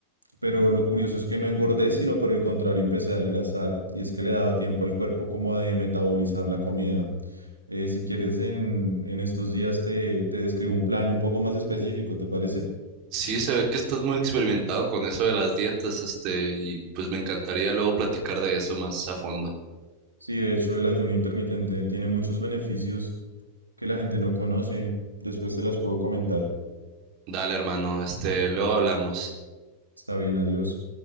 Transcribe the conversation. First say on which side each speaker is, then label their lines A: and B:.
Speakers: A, on the right; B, on the right.
A: Pero lo curioso es que no engordé, sino por el contrario empecé a adelgazar y es que le daba tiempo al cuerpo como de metabolizar la comida. Eh, si quieres en, en estos días te, te describo un plan un poco más específico, ¿te parece?
B: Sí, se ve que estás muy experimentado con eso de las dietas, este, y pues me encantaría luego platicar de eso más a fondo.
A: Sí, de hecho el ayuno intermitente tiene muchos beneficios que la gente no conoce. Después te los puedo comentar.
B: Dale, hermano, este, luego hablamos.
A: Está bien, adiós.